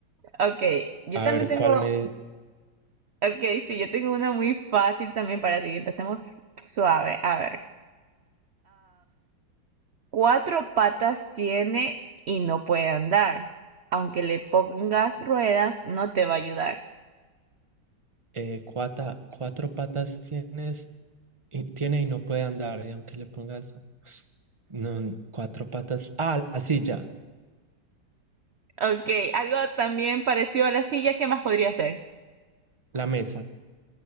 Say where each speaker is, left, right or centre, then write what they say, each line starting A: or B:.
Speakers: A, on the right (about 45°); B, on the right (about 15°).
A: Ok, yo
B: A
A: también
B: ver,
A: tengo,
B: ¿cuál me
A: ok, sí, yo tengo una muy fácil también para ti. Empecemos suave. A ver. Cuatro patas tiene y no puede andar. Aunque le pongas ruedas, no te va a ayudar.
B: eh, cuata- cuatro patas tienes y, tiene y no puede andar? Y aunque le pongas no, n- cuatro patas. Ah, la silla,
A: Ok, algo también parecido a la silla, ¿qué más podría ser?
B: la mesa.